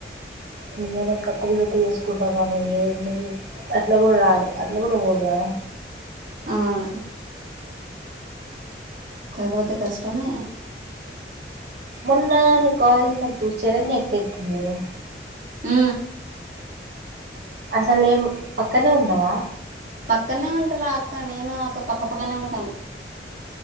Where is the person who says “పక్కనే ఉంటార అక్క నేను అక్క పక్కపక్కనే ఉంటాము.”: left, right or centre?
Right